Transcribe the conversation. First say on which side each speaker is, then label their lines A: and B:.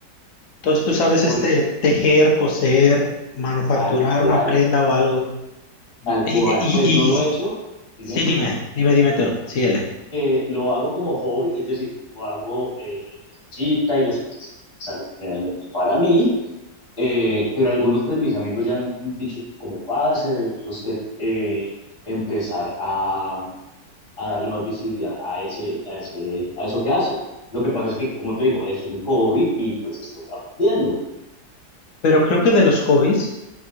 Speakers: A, on the left; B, on the left.
A: tú sabes
B: por
A: este tejer, coser, manufacturar
B: tal cual,
A: una prenda o algo. Y,
B: tal cual.
A: y,
B: Pues no lo
A: y-
B: he hecho, dime,
A: sí, dime, dime, dime tú, síguele.
B: eh, lo hago como hobby, es decir, lo hago eh, en mi cita y las cosas que hago generalmente para mí, Eh, pero algunos de mis amigos ya han dicho, como parce, debería usted eh, empezar a, a darle más visibilidad a ese, a ese, a eso que hace. Lo que pasa es que, como te digo, es un hobby y pues estoy aprendiendo.
A: Pero creo que de los hobbies.